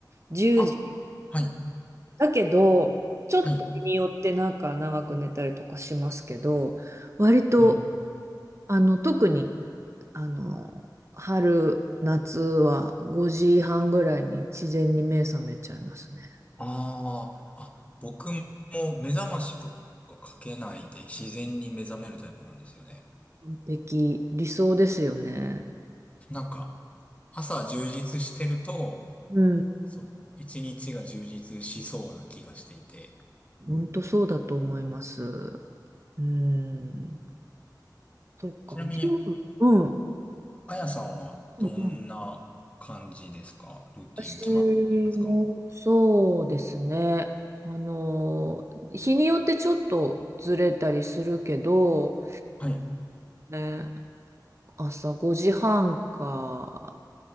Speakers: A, on the right; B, on the left.
A: 1時
B: あ、はい、
A: だけど、ちょっと日によってなんか長く寝たりとかしますけど、
B: はい。
A: 割と、
B: うん。
A: あの、特に、あの、春、夏は5時半ぐらいに自然に目覚めちゃいますね。
B: あああ、僕も目覚ましとかかけないで自然に目覚めるタイプなんですよね。
A: 完璧、理想ですよね。
B: なんか、朝充実してると、
A: うん。
B: その、一日が充実しそうな気がしていて、
A: 本当そうだと思います。うん。そっか、
B: ちなみに、
A: ジム、うん。
B: あやさんはどんな感じですかルーティン決まっていますか
A: うんうん私もそうですね。あの、日によってちょっとずれたりするけど、
B: はい。
A: ね、朝5時半か、